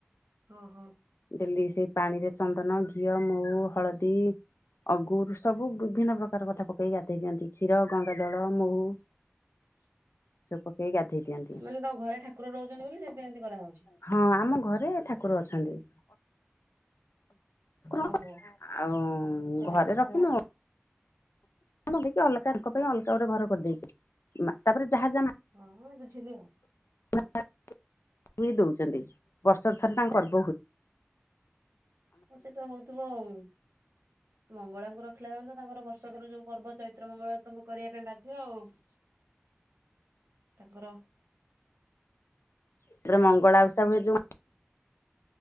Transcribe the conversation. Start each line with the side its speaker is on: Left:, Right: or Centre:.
Right: ଓ ହୋ।
Left: ଡେଲି ସେଇ ପାଣିରେ ଚନ୍ଦନ ଘିଅ ମହୁ ହଳଦୀ ଅଗୁର୍ ସବୁ ବିଭିନ୍ନ ପ୍ରକାର କଥା ପକେଇକି ଗାଧଇ ଦିଅନ୍ତି କ୍ଷୀର ଗଙ୍ଗାଜଳ ମହୁ
Right: ନା
Left: ସୁୁବୁ ପକେଇ ଗାଧେଇ ଦିଅନ୍ତି।
Right: ମାନେ ତମ ଘରେ ଠାକୁର ରହୁଚନ୍ତି ବୋଲି ସେଇଥିପାଇଁ ଏମିତି କରାହଉଚି।
Left: ହଁ ଆମ ଘରେ ଠାକୁର ଅଛନ୍ତି।
Right: ଓହୋ
Left: <inaudible> ଆଉ
Right: ହଁ।
Left: ଘରେ ରଖିନୁ ମୁଁ ଟିକେ ଅଲଗାଙ୍କ ପାଇଁ ଅଲଗା ଗୋଟେ ଘର କରିଦେଇଚି, ତାପରେ ଯାହା ଯାହା
Right: ହଁ ହଁ ବୁଝିଲି ଆଉ।
Left: <inaudible> ଫ୍ରୀ ଦଉଚନ୍ତି ବର୍ଷକୁ ଥରେ ତାଙ୍କ ପର୍ବ୍
Right: ହଁ ସେଟା ହଉଥିବ ଆଉ। ମଙ୍ଗଳାଙ୍କୁ ରଖିଲା ମାନେ ତ ତାଙ୍କର ବର୍ଷକର ଯୋଉ ପର୍ବ ଚୈତ୍ର ମଙ୍ଗଳବାର ତମୁକୁ କରିବା ପାଇଁ ବାଧ୍ୟ ଆଉ। ତାଙ୍କର
Left: ଏଥିରେ ମଙ୍ଗଳାଓଷା ହୁଏ ଯୋଉ ମା